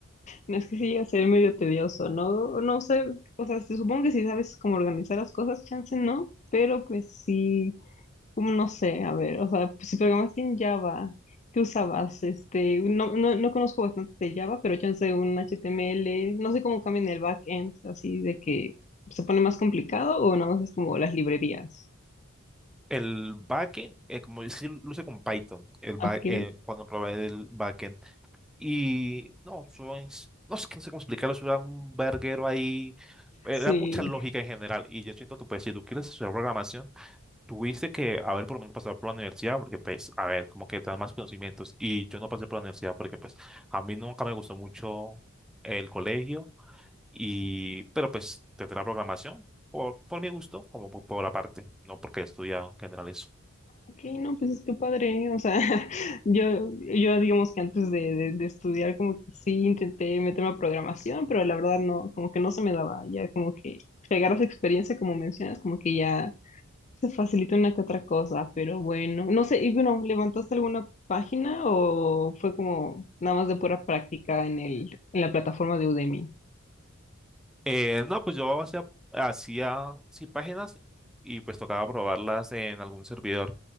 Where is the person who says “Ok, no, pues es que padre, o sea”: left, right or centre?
Left